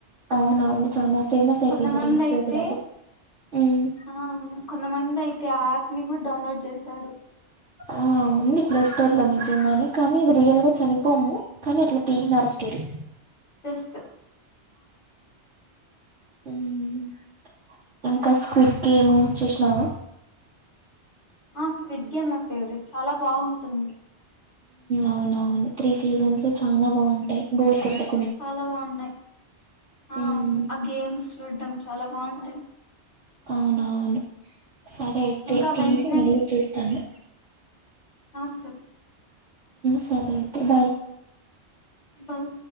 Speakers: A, on the right (about 75°); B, on the left (about 80°).
A: అవునవును చాల ఫేమస్ అయిపోయింది
B: కొంతమంది
A: రీల్స్
B: అయితే
A: లో కూడా అది ఉమ్,
B: అవును కొంతమంది అయితే ఆ యాప్ ని కూడా డౌన్లోడ్ చేశారు
A: ఆ ఉంది ప్లే స్టోర్ లో నిజంగా కానీ అది రియల్ గా చనిపోము కానీ అట్లా తీసినారు స్టోరి
B: జస్ట్ఆ
A: మ్మ్ హ్హ్ ఇంకా స్క్విడ్ గేమ్ చూసినావా
B: ఆ స్క్రిట్ గేమ్ నా ఫేవరెట్ చాలా బాగుంటుంది
A: అవునవును త్రీ సీజన్స్ చాలా బాగుంటాయి బోరు కొట్టదు
B: చాలా బాగున్నాయి ఆ
A: ఉమ్,
B: అవును ఆ గేమ్స్ చూడడం చాలా బాగుంటాయి
A: అవునవును సరే అయితే
B: ఇంకా
A: తినేసి
B: వెన్స్నే
A: మళ్ళీ చేస్తాను
B: అ సరే
A: సరే అయితే బాయ్
B: బాయ్